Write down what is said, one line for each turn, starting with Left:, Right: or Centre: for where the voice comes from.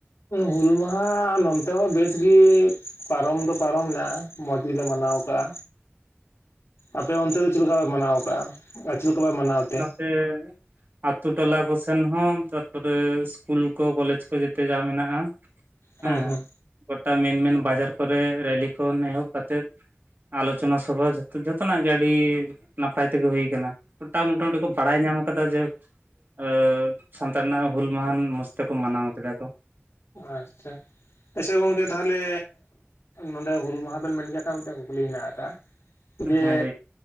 Left: ᱦᱩᱞ ᱢᱟᱦᱟ ᱱᱚᱱᱛᱮ ᱦᱚᱸ ᱵᱮᱥᱜᱤ ᱯᱟᱨᱚᱢ ᱫᱚ ᱯᱟᱨᱚᱢᱱᱟ ᱢᱚᱡᱽ ᱜᱮᱞᱮ ᱢᱟᱱᱟᱣ ᱠᱟᱜ-ᱟ, ᱟᱯᱮ ᱚᱱᱛᱮ ᱫᱚ ᱪᱮᱫ ᱞᱮᱠᱟ ᱯᱮ ᱢᱟᱱᱟᱣ ᱠᱟᱜᱼᱟ ᱟᱨ ᱪᱮᱫ ᱞᱮᱠᱟ ᱯᱮ ᱢᱟᱱᱟᱣ ᱛᱮ?
Right: <inaudible> ᱟᱛᱩ ᱴᱚᱞᱟ ᱠᱚᱥᱮᱱ ᱦᱚᱸ ᱛᱟᱨᱯᱚᱨᱮ ᱤᱥᱠᱩᱞ ᱠᱚ ᱠᱚᱞᱮᱡᱽ ᱠᱚ ᱡᱮᱛᱮ ᱡᱟ ᱢᱮᱱᱟᱜᱼᱟ᱾
Left: ᱦᱩᱸ
Right: ᱦᱮᱸ
Left: ᱦᱩᱸ
Right: ᱜᱚᱴᱟ ᱢᱮᱱ ᱢᱮᱱ ᱵᱟᱡᱟᱨ ᱠᱚᱨᱮ ᱨᱮᱞᱤ ᱠᱷᱚᱱ ᱮᱦᱚᱵ ᱠᱟᱛᱮᱫ ᱟᱞᱳᱪᱚᱱᱟ ᱥᱚᱵᱷᱟ ᱡᱷᱚᱛᱚᱱᱟᱜ ᱜᱮ ᱟᱹᱰᱤ ᱱᱟᱯᱟᱭ ᱛᱮᱜᱮ ᱦᱩᱭ ᱠᱟᱱᱟ ᱾ ᱜᱚᱴᱟ ᱢᱚᱴᱟᱢᱩᱴᱤ ᱠᱚ ᱵᱟᱲᱟᱭ ᱧᱟᱢ ᱠᱟᱫᱟ ᱡᱮ <inaudible> ᱥᱟᱱᱛᱟᱲ ᱨᱮᱱᱟᱜ ᱦᱩᱞ ᱢᱟᱦᱟᱸ ᱢᱚᱸᱡᱽ ᱛᱮᱠᱚ ᱢᱟᱱᱟᱣ ᱠᱮᱫᱟ ᱠᱚ᱾
Left: ᱟᱪᱪᱷᱟ ᱟᱪᱪᱷᱟ ᱜᱚᱝᱠᱮ ᱛᱟᱦᱚᱞᱮ ᱱᱚᱰᱮ ᱦᱩᱞ ᱢᱟᱦᱟ ᱵᱮᱱ ᱢᱮᱱ ᱠᱮᱫ ᱠᱷᱟᱱ ᱢᱤᱫᱴᱮᱱ ᱠᱩᱠᱞᱤ ᱦᱮᱱᱟᱜ ᱠᱟᱜ-ᱟ ᱡᱮ
Right: ᱦᱮᱸ ᱞᱟᱹᱭ